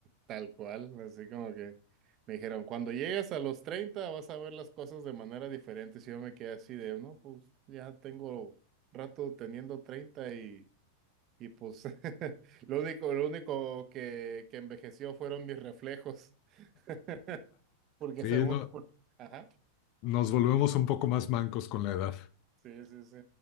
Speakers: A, on the right; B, on the left.
A: tal cual, así como que me dijeron, cuando llegues a los 30 vas a ver las cosas de manera diferente. si yo me quedé así de, no, pues ya tengo rato teniendo 30 Y pues <laughs> lo único, lo único que, que envejeció fueron mis reflejos. <laughs> Porque
B: Sí,
A: según...
B: no,
A: por- Ajá.
B: nos volvemos un poco más mancos con la edad,
A: Sí, sí, sí.